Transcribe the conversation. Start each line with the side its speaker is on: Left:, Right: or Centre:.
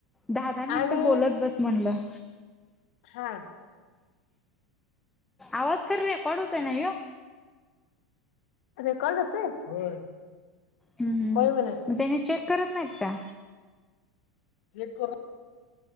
Centre: दहा दहा मिनिट
Left: आणि
Centre: बोलत बस म्हणलं.
Left: हा.
Centre: आवाज खर रेकॉर्ड होतोय ना यो.
Left: रेकॉर्ड होतोय होय
Centre: हम्म
Left: होय म्हणे.
Centre: मग त्याने चेक करत नाहीत काय?
Left: चेक कर